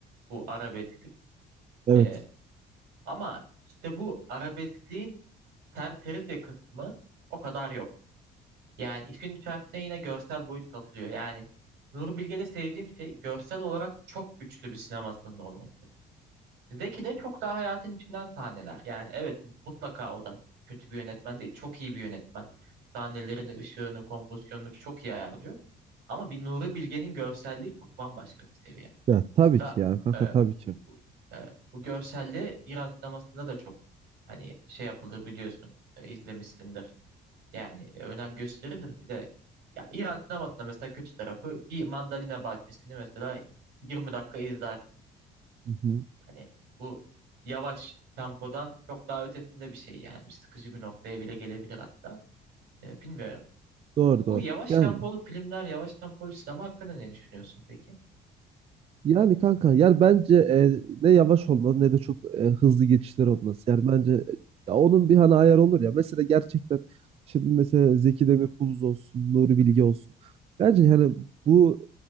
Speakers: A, on the right; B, on the right.
A: bu arabesklik.
B: Evet.
A: E, ama işte bu arabeskliğin serserice kısmı o kadar yok. Yani işin içerisine yine görsel boyut katılıyor. Yani Nuri Bilge'de sevdiğim şey görsel olarak çok güçlü bir sinemasının olması. Zeki'de çok daha hayatın içinden sahneler. Yani evet mutlaka o da kötü bir yönetmen değil. Çok iyi bir yönetmen. Sahnelerini, ışığını, kompozisyonunu çok iyi ayarlıyor. Ama bir Nuri Bilge'nin görselliği çok bambaşka bir seviye.
B: Ya tabii
A: Mesela
B: ki yani kanka
A: e,
B: tabii ki.
A: Evet, bu görselliği İran sinemasında da çok hani şey yapılır biliyorsun, e, izlemişsindir. Yani e, önem gösterilir. Bir de ya İran sinemasında mesela kötü tarafı bir mandalina bahçesini mesela 20 dakika izler.
B: Hı hı.
A: Hani bu yavaş tempodan çok daha ötesinde bir şey yani. Bir sıkıcı bir noktaya bile gelebilir hatta. Ee, bilmiyorum.
B: Doğru doğru.
A: Bu yavaş
B: Yani
A: tempolu filmler, yavaş tempolu sinema hakkında ne düşünüyorsun peki?
B: Yani kanka yani bence e, ne yavaş olmalı ne de çok e, hızlı geçişler olması. Yani bence e, ya onun bir hani ayarı olur ya. Mesela gerçekten şimdi mesela Zeki Demirkubuz olsun, Nuri Bilge olsun. Bence yani bu